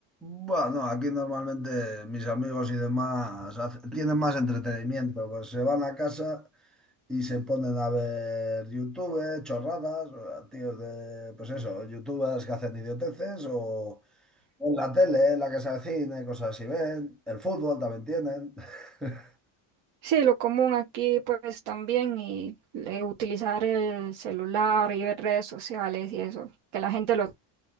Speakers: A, in the centre; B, on the right.
A: Bueno, aquí normalmente mis amigos y demás hace- tienen más entretenimiento, pues se van a casa y se ponen a ver YouTube, eh, chorradas, o a tíos de, pues eso, youtubers que hacen idioteces o, o en la tele, en la casa de cine, cosas así ven, el fútbol también tienen. <laughs>
B: Sí, lo común aquí pues también y eh, utilizar el celular y ver redes sociales y eso, que la gente lo